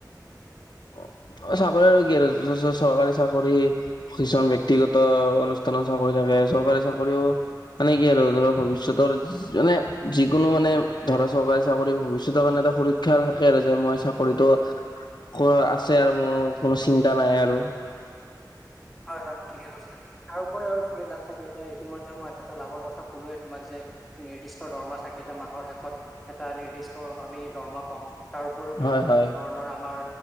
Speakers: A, in the centre; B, on the left.
A: <inaudible>
B: অ', চাকৰি আৰু কি আৰু য চৰকাৰী চাকৰি, কিছুমান ব্যক্তিগত অনুষ্ঠানৰ চাকৰি। <unintelligible> চৰকাৰী চাকৰিও, মানে কি আৰু ধৰক ভৱিষ্যতৰ মানে, যিকোনো মানে ধ ধৰা চৰকাৰী চাকৰি ভৱিষ্যতৰ কাৰণে এটা সুৰক্ষা থাকে আৰু যে মই চাকৰিটো খুৰা আছে আৰু মোৰ কোনো চিন্তা নাই আৰু।
A: হয়, হয়, ঠিকে কৈছা, তাৰ উপৰি আৰু ধেৰ লাভ থাকে এতিয়া ইতিমধ্যে মই এটা লাভৰ কথা কলোৱে তোমাক যে এক নিৰ্দিষ্ট দৰমহা থাকে এতিয়া মাহৰ শেষত, এটা নিৰ্দিষ্ট আমি দৰমহা পাওঁ। তাৰ উপৰিও বিভিন্ন
B: হয় হয়
A: ধৰণৰ আমাৰ